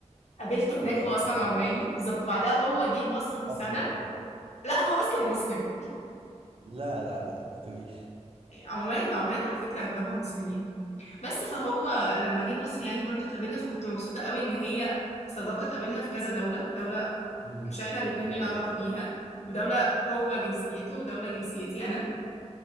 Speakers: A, on the left; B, on the right.
A: قابلته
B: واتقابلكم
A: هناك هو اصلا
B: في
A: عماني
B: عمان
A: بالظبط بعدها هو جه مصر بسنه
B: اصلا
A: لا هو اصلا مسلم
B: لا لا لا ما تقوليش
A: عمان عمان على فكره اغلبها مسلمين بس فهو لما جه مصر يعني برضو اتقابلنا فكنت مبسوطه قوي ان هي صداقه اتقابلنا في كذا دوله دوله
B: امم
A: مش احنا الاتنين
B: دي
A: لينا
B: حقيقة
A: علاقه بيها ودوله هو جنسيته ودوله جنسيتي انا